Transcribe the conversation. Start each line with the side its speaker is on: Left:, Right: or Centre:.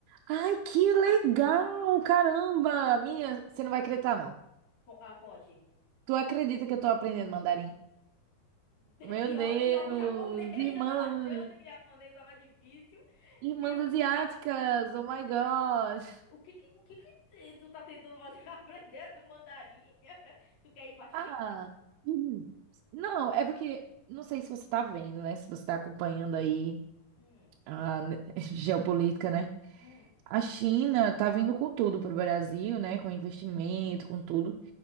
Right: Ai, que legal! Caramba! Minha, você não vai acreditar, não.
Left: Co- Ah, conte.
Right: Tu acredita que eu tô aprendendo mandarim?
Left: É
Right: Meu
Left: Pior,
Right: Deus!
Left: pior que japonês,
Right: Irmãs!
Left: <laughs> eu tava achando que japonês tava difícil.
Right: Irmãs
Left: Meu
Right: asiáticas!
Left: Deus.
Right: Oh my God!
Left: O que que, o que que tu tá tentando fazer <laughs> aprender no mandarim? <laughs> Tu quer ir pra China?
Right: Ah, hum. não, é porque não sei se você tá vendo, né? Se você tá acompanhando aí
Left: Hum,
Right: a ne- <laughs> geopolítica, né?
Left: hum.
Right: A China tá vindo com tudo pro Brasil, né? Com investimento,
Left: Vixe.
Right: com tudo.